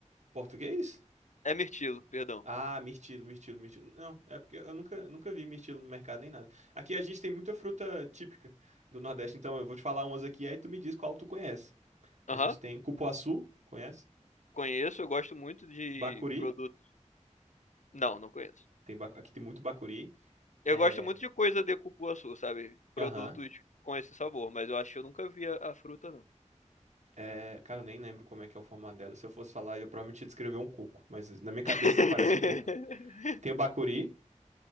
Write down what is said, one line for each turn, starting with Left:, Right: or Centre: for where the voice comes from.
Right: português?
Left: É mirtilo, perdão.
Right: Ah, mirtilo, mirtilo, mirtilo. Não, é porque eu nunca, nunca vi mirtilo no mercado nem nada. Aqui a gente tem muita fruta típica do Nordeste, então eu vou te falar umas aqui, aí tu me diz qual tu conhece. A
Left: Aham.
Right: gente tem cupuaçu, conhece?
Left: Conheço, eu gosto muito de
Right: Bacuri,
Left: produtos. Não, não conheço.
Right: tem bacu- aqui tem muito bacuri.
Left: Eu
Right: É,
Left: gosto muito de coisa de cupuaçu, sabe? Produtos
Right: aham.
Left: com esse sabor, mas eu acho
Right: Sim.
Left: que eu nunca vi a, a fruta, não.
Right: É, cara, eu nem lembro como é que é o formato dela. Se eu fosse falar, eu provavelmente ia descrever um coco, mas na minha cabeça
Left: <laughs>
Right: parece um coco. Tem o bacuri,